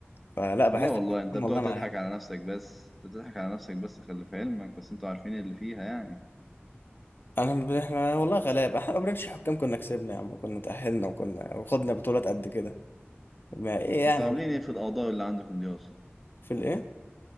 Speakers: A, on the left; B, in the centre.
A: فلا بحس
B: لا والله
A: الحكام
B: انت بتقعد
A: والله معانا
B: تضحك على نفسك بس انت بتضحك على نفسك بس خلي في علمك بس انتوا عارفين اللي فيها يعني
A: انا ب- احنا والله غلابه احنا ما بنعملش حكام كنا كسبنا يا عم وكنا تاهلنا وكنا وخدنا بطولات قد كده ما ايه يعني
B: انتوا عاملين ايه في القضاوي اللي عندكم دي اصلا
A: في الايه